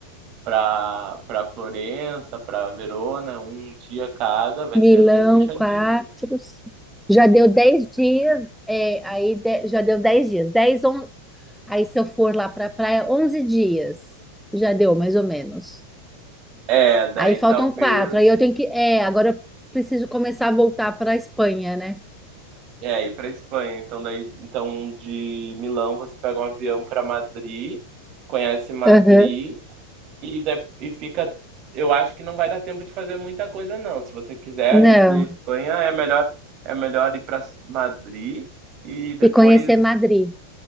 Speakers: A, on the right (about 45°); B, in the centre.
A: para para Florença, para Verona, um dia cada. Vai
B: Milão,
A: ser meio puxadinho.
B: quatro, já deu dez dias. É, aí de- já deu dez dias, 10, Aí, se eu for lá para a praia, 11 dias. Já deu, mais ou menos.
A: É, daí
B: Aí faltam
A: talvez.
B: quatro. Aí eu tenho que. É, agora eu preciso começar a voltar para a Espanha, né?
A: É, ir pra Espanha. Então, daí, então de Milão você pega um avião pra Madrid, conhece Madrid
B: Aham.
A: e, de- e fica. Eu acho que não vai dar tempo de fazer muita coisa, não. Se você quiser
B: Não.
A: incluir a Espanha, é melhor, é melhor ir pra Madrid e depois
B: E conhecer Madrid.